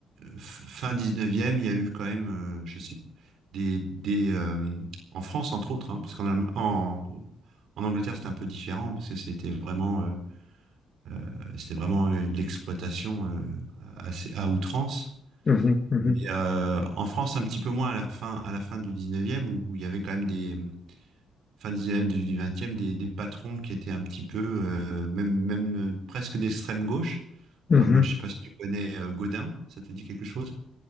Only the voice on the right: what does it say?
f- fin 19e, il y a eu quand même, euh, je sais, des, des, euh, en France entre autres, hein, parce qu'en Allem- en, en Angleterre c'était un peu différent, parce que c'était vraiment, euh, euh, c'était vraiment euh, de l'exploitation euh, assez, à outrance.
Mais euh, en France un petit peu moins à la fin, à la fin du 19e, où il y avait quand même des, fin 19e, début du 20e, des, des patrons qui étaient un petit peu, euh, même, même euh, presque d'extrême gauche,
comme euh, je sais pas si tu connais euh, Godin, ça te dit quelque chose?